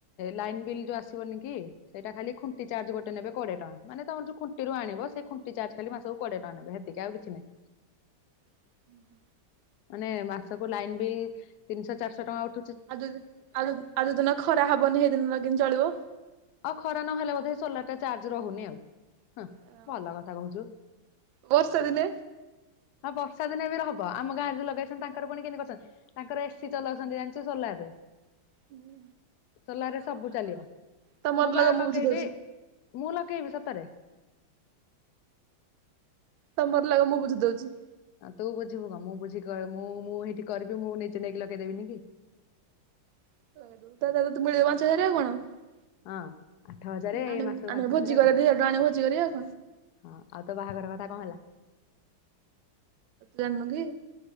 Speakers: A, on the left; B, on the right.
A: ଲାଇନ୍ ବିଲ୍ ଯୋଉ ଆସିବନି କି ସେଇଟା ଖାଲି ଖୁଣ୍ଟି ଚାର୍ଜ ଗୋଟେ ନେବେ କୋଡ଼ିଏ ଟଙ୍କା। ମାନେ ତମର ଯୋଉ ଖୁ ଖୁଣ୍ଟିରୁ ଆଣିବ ସେ ଖୁଣ୍ଟି ଚାର୍ଜ ଖାଲି ମାସକୁ କୋଡ଼ିଏ ଟଙ୍କା ନେବେ ହେତିକି ଆଉ କିଛି ନାହିଁ।
B: <inaudible>
A: ମାନେ ମାସକୁ ଲାଇନ୍ ବିଲ୍ ତିନିଶହ ଚାରିଶହ ଟଙ୍କା ଉ
B: ଆଉ ଯଦି ଆଉ ଯ ଆଉ ଯୋଉ ଦିନ ଖରା ହବନି ସେଇଦିନ କେମିତି ଚଳିବ?
A: ଆଉ ଖରା ନହେଲେ ବୋଧେ ସୋଲାର ଟା ଚାର୍ଜ ରହୁନି ଆଉ ହଁ।
B: ଅ
A: ଭଲ କଥା କହୁଚୁ।
B: ବର୍ଷା ଦିନେ
A: ହଁ ବର୍ଷା ଦିନେ ବି ର ହବ ଆମ ଗାଁରେ ଲଗେଇଛନ୍ତି ତାଙ୍କର ପୁଣି କେମିତି କରିଛନ୍ତି। ତାଙ୍କର ଏସି ଚଲାଉଛନ୍ତି ଜାଣିଚୁ ସୋଲାର ରେ।
B: ହୁଁ।
A: ସୋଲର ରେ ସବୁ ଚାଲିବ।
B: ତମର
A: ମୁଁ
B: ଲଗାଅ
A: ବା ଲଗେଇବି
B: ବୁଝି ଦଉଛି
A: ମୁଁ ଲଗେଇବି ସତରେ।
B: ତମର ଲାଗି ମୁଁ ବୁଝି ଦଉଛି।
A: ଆଁ ତୁ ବୁଝିବୁ କଣ, ମୁଁ ବୁଝି ମୁଁ ମୁଁ ସେଇଠି କରିବି ମୁଁ ନିଜେ ନେଇକି ଲଗେଇଦେବିନି କି।
B: <unintelligible>
A: ହଁ ଆଠ ହଜାର ଏଇ
B: ଆଣିବୁ
A: ମାସକୁ
B: ଆଣିବୁ
A: ପାଞ୍ଚ
B: ଭୋଜି
A: ହଜାର ଆଉ
B: କରିବା
A: କଣ।
B: ଦି ଟଙ୍କା ଆଣିବୁ ଭୋଜି କରିବା ଆଉ
A: ହଁ ଆଉ ତୋ ବାହାଘର କଥା କଣ ହେଲା?
B: ଜାଣିନ କି?